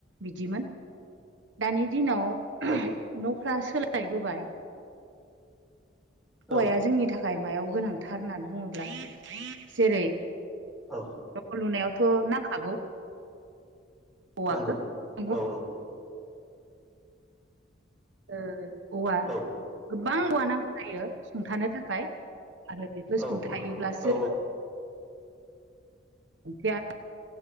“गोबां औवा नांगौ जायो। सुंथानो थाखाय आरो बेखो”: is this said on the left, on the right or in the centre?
Right